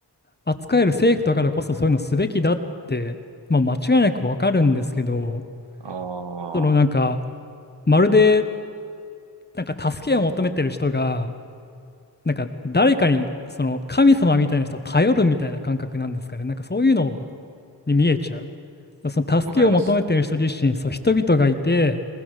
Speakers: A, on the left (about 25°); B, on the right (about 75°).
A: 扱える政府だからこそそういうのすべきだって、まあ、間違いなくわかるんですけど、
B: ああ、
A: そのなんか、まるでなんか助けを求めてる人が、なんか誰かにその神様みたいな人を頼るみたいな感覚なんですかね。なんかそういうのをに見えちゃう。その助けを求めてる人自身、
B: わかります。
A: そう、人々がいて、